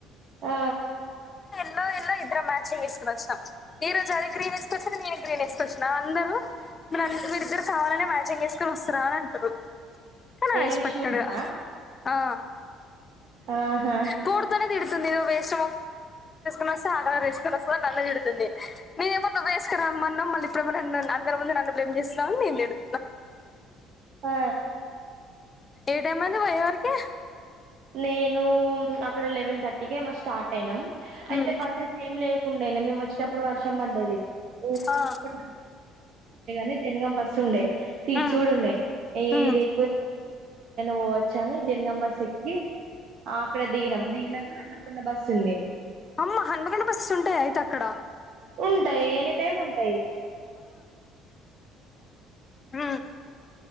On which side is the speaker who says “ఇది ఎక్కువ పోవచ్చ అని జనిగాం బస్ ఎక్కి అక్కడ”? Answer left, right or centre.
Right